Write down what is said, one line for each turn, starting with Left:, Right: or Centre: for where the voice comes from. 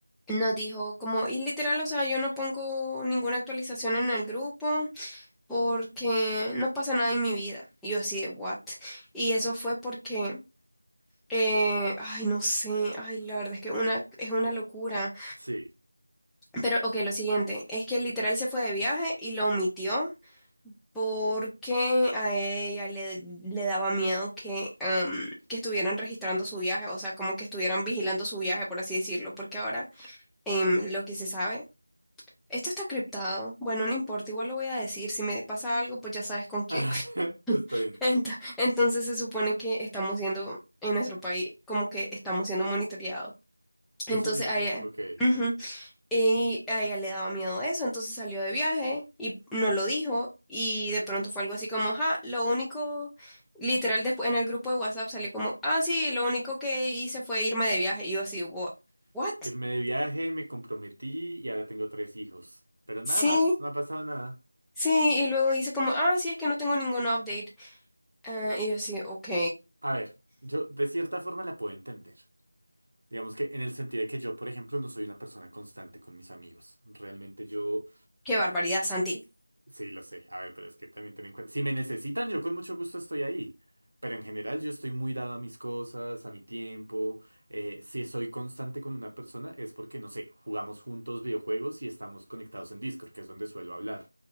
Centre: nos dijo como, y literal, o sea, yo no pongo ninguna actualización en el grupo porque no pasa nada en mi vida. Y yo así de, what? Y eso fue porque... Eh, ay, no sé, ay, la verdad es que una, es una locura.
Right: sí.
Centre: Pero, ok, lo siguiente, es que literal se fue de viaje y lo omitió porque a ella le, le daba miedo que, em, que estuvieran registrando su viaje, o sea, como que estuvieran vigilando su viaje, por así decirlo, porque ahora em, lo que se sabe, esto está criptado, bueno, no importa, igual lo voy a decir, si me pasa algo, pues ya sabes con quién.
Right: <laughs> Está
Centre: <laughs>
Right: bien.
Centre: Ento- Entonces se supone que estamos siendo, en nuestro país, como que estamos siendo monitoreados. Entonces
Right: Eso dicen,
Centre: a ella,
Right: ok.
Centre: ujú, y a ella le daba miedo eso, entonces salió de viaje y no lo dijo y de pronto fue algo así como, ja, lo único, literal después en el grupo de WhatsApp salió como, ah, sí, lo único que hice fue irme de viaje y yo así, "Wha- what?
Right: Irme de viaje, me comprometí y ahora tengo tres hijos. Pero nada
Centre: Sí,
Right: más, no ha pasado nada.
Centre: sí, y luego dice como, ah, sí, es que no tengo ningún update. Ah, y yo así, ok,
Right: A ver, yo de cierta forma la puedo entender. Digamos que en el sentido de que yo, por ejemplo, no soy una persona constante con mis amigos. Realmente yo
Centre: qué barbaridad, Santi.
Right: Sí, lo sé. A ver, pero es que también ten en cuenta. Si me necesitan, yo con mucho gusto estoy ahí. Pero en general yo estoy muy dado a mis cosas, a mi tiempo. Eh, si soy constante con una persona es porque, no sé, jugamos juntos videojuegos y estamos conectados en Discord, que es donde suelo hablar.